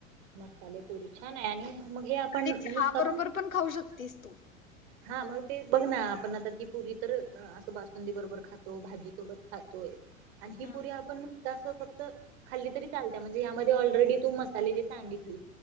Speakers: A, on the right; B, on the left.
A: मसालेप पुरी छान आहे आणि मग हे आपण
B: आणि चहा
A: नुसता
B: बरोबर पण खाऊ शकतेस तू
A: हा मग ते बघ ना आपण आता ती पुरी तर असं बासुंदी बरोबर खातो भाजीसोबत खातोय आणि ही
B: हा
A: पुरी आपण फक्त खाली तरी चालत म्हणजे यामध्ये ऑलरेडी तू मसाले जे सांगितली